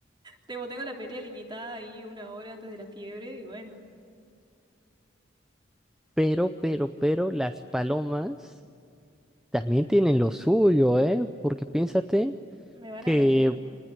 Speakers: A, on the right; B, in the centre.
A: Tengo, tengo la pelea limitada ahí una hora antes de la fiebre y bueno,
B: Pero, pero, pero las palomas también tienen lo suyo, ¿eh? Porque piénsate
A: me van
B: que
A: a arañar.